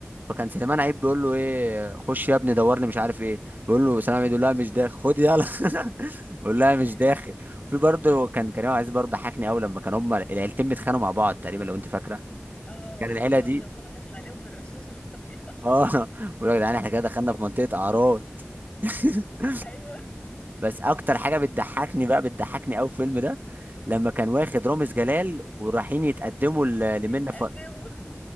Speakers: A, on the right; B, on the left.
A: فكان سليمان عيد بيقول له ايه خش يا ابني دور لي مش عارف ايه بيقول له سليمان عيد يقول لها مش داخل خد يلا <laughs> بيقول لها
B: <laughs>
A: مش داخل في برضه كان كريم عبد العزيز برضه ضحكني قوي لما كان هما العيلتين بيتخانقوا مع بعض تقريبا لو انت فاكره
B: اه
A: كان
B: يا
A: العيله
B: لهوي
A: دي
B: لو هو دخل عليهم بالرشاش المية <laughs>
A: اه بقول لك يا جدعان احنا كده دخلنا في منطقه اعراض <laughs>
B: ايوه
A: بس اكتر حاجه بتضحكني بقى بتضحكني قوي في الفيلم ده لما كان واخد رامز جلال ورايحين يتقدموا ل- لمنة
B: يتقدموا
A: ف...